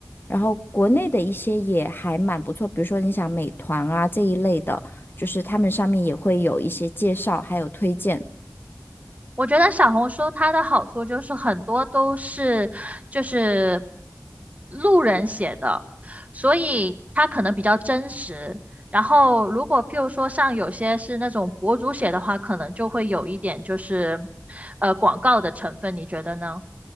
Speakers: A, on the left; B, on the right.
A: 然后国内的一些也还蛮不错，比如说你想美团啊这一类的，就是他们上面也会有一些介绍，还有推荐。
B: 我觉得小红书它的好处就是很多都是就是路人写的，所以它可能比较真实。然后如果譬如说像有些是那种博主写的话，可能就会有一点就是呃广告的成分，你觉得呢？